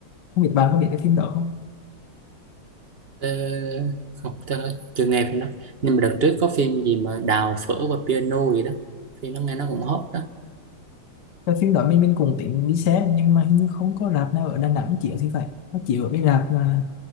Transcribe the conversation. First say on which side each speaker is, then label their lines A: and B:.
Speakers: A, on the left (about 60°); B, on the right (about 40°).
A: không biết bạn có biết cái phim đó không
B: Tớ, không tớ chưa nghe phim đó nhưng mà đợt trước có phim gì mà Đào phở và piano gì đó thì nó nghe nó cũng hot đó
A: cái phim đó mình mình cũng tính đi xem nhưng mà hình như không có rạp nào ở Đà Nẵng chiếu thì phải nó chiếu ở cái rạp mà